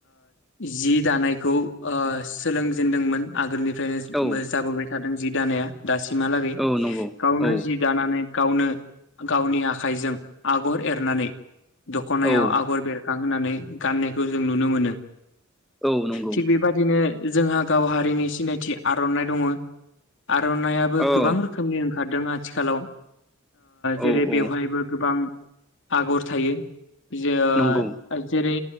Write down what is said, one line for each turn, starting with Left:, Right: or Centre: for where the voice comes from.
Left: जि दानायखौ सोलोंजेनदोंमोन आगोलनि फ्रायनो
Centre: औ
Left: जाबोबाय था दों जि दानाया दासिमहालागै
Centre: औ नंगौ
Left: गावनो
Centre: औ
Left: जि दानानै गावनो गावनि आखाइजों आगर एरनानै दख'नायाव
Centre: औ
Left: आगर बेर खांहोनानै गाननायखौ जों नुनो मोनो।
Centre: औ नंगौ
Left: थिग बेबादिनो जोंहा गाव हारिनि सिनायथि आर'नाइ दङ आर'नाइआबो
Centre: औ
Left: गोबां रोखोमनि ओंखारदों आथिखालाव
Centre: औ
Left: जेरै
Centre: औ
Left: बेवहायबो गोबां आगर थायो। जेयै ओ
Centre: नंगौ
Left: जेरै